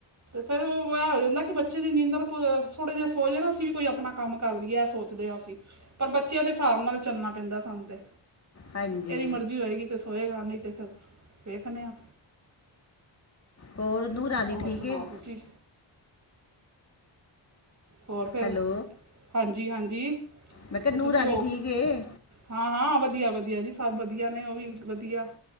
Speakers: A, on the right (about 35°); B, on the left (about 35°).
A: ਫਿਰ ਐ ਹੋ ਜਾਂਦਾ ਕਿ ਬੱਚੇ ਦੀ ਨੀਂਦਰ ਥੋੜੇ ਜਿਹੇ ਸੋ ਜੇ ਨਾ ਅਸੀਂ ਵੀ ਕੋਈ ਆਪਣਾ ਕੰਮ ਕਰ ਲਈਏ ਇਹ ਉੱਠ ਗਿਆ ਸੀ। ਪਰ ਬੱਚਿਆਂ ਦੇ ਹਿਸਾਬ ਨਾਲ ਚੱਲਣਾ ਪੈਂਦਾ ਸਾਨੂੰ ਤੇ।
B: ਹਾਂਜੀ
A: ਇਹ ਦੀ ਮਰਜ਼ੀ ਹੋਏਗੀ ਤੇ ਸੋਏਗਾ ਨਹੀਂ ਤੇ ਫਿਰ ਵੇਖਦੇ ਆ।
B: ਹੋਰ ਨੂੰਹ ਰਾਣੀ
A: ਹੋਰ
B: ਠੀਕ
A: ਸੁਣਾਓ
B: ਏ?
A: ਤੁਸੀਂ ਹੋਰ ਫਿਰ,
B: ਹੈਲੋ
A: ਹਾਂਜੀ-ਹਾਂਜੀ,
B: ਮੈਂ ਕਿਹਾ
A: ਤੇ
B: ਨੂੰਹ
A: ਤੁਸੀਂ
B: ਰਾਣੀ
A: ਹੋ
B: ਠੀਕ ਏ
A: ਹਾਂ ਹਾਂ ਵਧੀਆ ਵਧੀਆ ਜੀ ਸਭ ਵਧੀਆ ਨੇ ਉਹ ਵੀ ਵਧੀਆ।